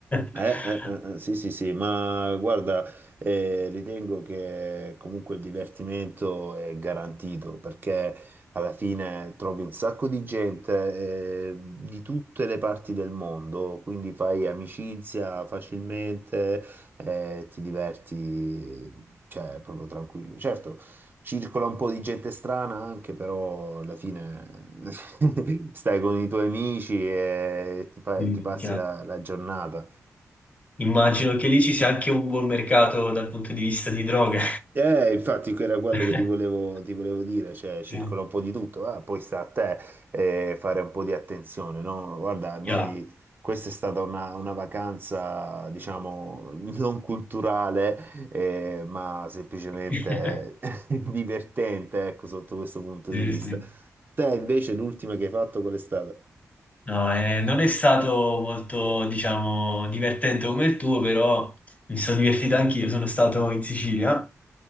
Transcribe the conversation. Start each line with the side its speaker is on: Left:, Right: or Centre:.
Left: <laughs>
Right: Eh, eh, eh, eh, sì, sì, sì, ma guarda, eh, ritengo che comunque il divertimento è garantito perché alla fine trovi un sacco di gente, eh, di tutte le parti del mondo, quindi fai amicizia facilmente, eh, ti diverti, cioè, proprio tranquillo. Certo, circola un po' di gente strana anche, però alla fine <laughs> stai con i tuoi amici e ti, fa-
Left: Mm,
Right: ti passi
Left: chiaro.
Right: la la giornata.
Left: Immagino che lì ci sia anche un buon mercato dal punto di vista di droghe.
Right: Eh, infatti era quello
Left: <laughs>
Right: che ti volevo, ti volevo dire, cioè circola
Left: Sì.
Right: un po' di tutto, ah, poi sta a te eh, fare un po' di attenzione, no? Guarda, noi,
Left: Chiaro.
Right: questa è stata una, una vacanza, diciamo, <laughs> non culturale, eh, ma semplicemente
Left: <laughs>
Right: <laughs> divertente, ecco, sotto questo punto
Left: Sì,
Right: di vista.
Left: sì.
Right: Te invece l'ultima che hai fatto qual è stata?
Left: No, eh, non è stato molto, diciamo, divertente come il tuo, però mi sono divertito anch'io, sono stato in Sicilia